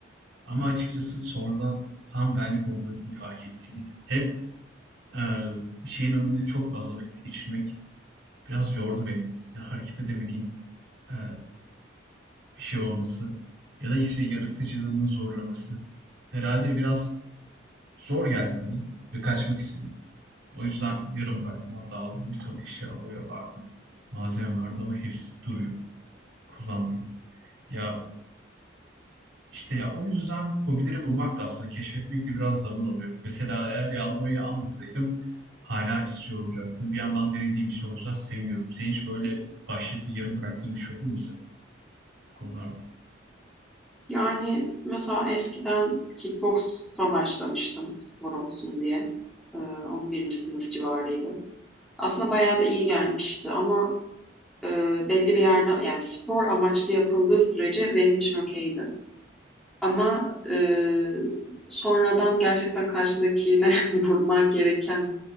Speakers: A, on the right (about 80°); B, in the centre.
A: Ama açıkçası sonradan tam benlik olmadığını fark ettim. yine. Hem Eee, bir şeyin önünde çok fazla vakit geçirmek biraz yordu beni. Ya, hareket edemediğin, eee, bir şey olması ya da, işte, yaratıcılığının zorlaması herhalde biraz zor geldi bana ve kaçmak istedim. O yüzden yarım bıraktım. Hatta aldığım bir ton eşya, boya vardı, malzeme vardı ama hepsi duruyor. Kullanmıyorum. Ya, İşte ya o yüzden hobileri bulmak da aslında keşfetmek de biraz zaman alıyor. Mesela eğer yağlı boyayı almasaydım hala istiyor olacaktım. Bir yandan denediğim için o yüzden seviniyorum. Senin hiç böyle başlayıp da yarım bıraktığın bir şey oldu mu mesela bu konularda?
B: Yani mesela eskiden kickboksa başlamıştım spor olsun diye. Ee, 11. sınıf civarıydı. Aslında bayağı da iyi gelmişti ama e, belli bir yerden yani spor amaçlı yapıldığı sürece benim için okeydi. Ama e, sonradan gerçekten karşındakine <laughs> vurman gereken